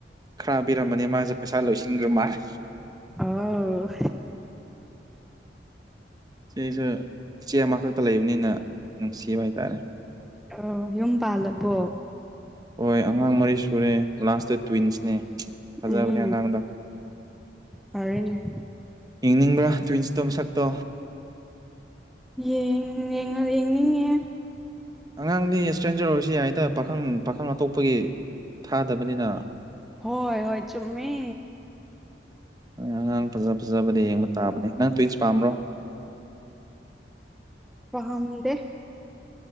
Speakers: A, on the right; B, in the centre.
A: ꯈꯔꯥꯄꯤꯔꯝꯕꯅꯤ ꯃꯥꯁꯦ ꯄꯩꯁꯥ ꯂꯣꯏꯁꯤꯟꯈ꯭ꯔ ꯃꯥꯜꯂꯦ
B: ꯑꯣ
A: ꯑꯩꯁꯨ ꯏꯆꯦ ꯑꯃꯈꯛꯇ ꯂꯩꯕꯅꯤꯅ ꯅꯨꯡꯁꯤꯕ ꯍꯥꯏꯇꯥꯔꯦ
B: ꯑꯣ ꯌꯨꯝ ꯄꯥꯜꯂꯕꯣ
A: ꯍꯣꯏ ꯑꯉꯥꯡ ꯃꯔꯤ ꯁꯨꯔꯦ ꯂꯥꯁꯇ ꯇ꯭ꯋꯤꯟꯁꯅꯦ ꯐꯖꯕꯅꯦ
B: ꯎꯝ
A: ꯑꯉꯥꯡꯗꯣ
B: ꯐꯔꯦꯅꯦ
A: ꯌꯦꯡꯅꯤꯡꯕ꯭ꯔꯥ ꯇ꯭ꯋꯤꯟꯁꯇꯣ ꯃꯁꯛꯇꯣ
B: ꯌꯦ ꯌꯦꯡꯅꯤꯡꯉꯦ
A: ꯑꯉꯥꯡꯗꯤ ꯏꯁꯇ꯭ꯔꯦꯟꯖꯔ ꯑꯣꯏꯔꯁꯤ ꯌꯥꯏꯗ ꯄꯥꯈꯪ ꯄꯥꯈꯪ ꯑꯇꯣꯞꯄꯒꯤ ꯊꯥꯗꯕꯅꯤꯅ
B: ꯍꯣꯏ ꯍꯣꯏ ꯆꯨꯝꯃꯤ
A: ꯑꯉꯥꯡ ꯐꯖ ꯐꯖꯕꯗ ꯌꯦꯡꯕ ꯇꯥꯕꯅꯦ ꯅꯪ ꯇ꯭ꯋꯟꯁ ꯄꯥꯝꯕ꯭ꯔꯣ
B: ꯄꯝꯗꯦ